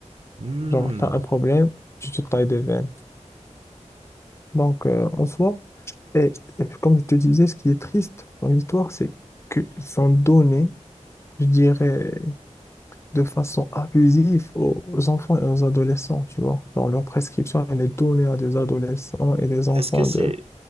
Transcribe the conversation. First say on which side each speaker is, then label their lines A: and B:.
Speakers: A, on the right; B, on the left.
A: Hmm.
B: Genre, t'as un problème, tu te tailles des veines. Donc, euh, en soi, Et, et comme je te disais, ce qui est triste dans l'histoire, c'est qu'ils sont donnés, je dirais, de façon abusive aux aux enfants et aux adolescents, tu vois. Genre, leur prescription, elle est donnée à des adolescents et des enfants
A: Est-ce que c'est
B: de...